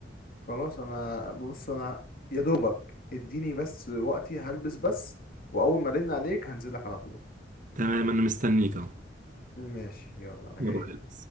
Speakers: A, on the left (about 50°); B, on the right (about 45°).
A: خلاص انا بص انا يا دوبك اديني بس وقتي هلبس بس واول ما ارن عليك هنزلك على طول
B: تمام انا مستنيك اهو
A: ماشي يلا انا
B: مرة
A: جاي
B: حلوة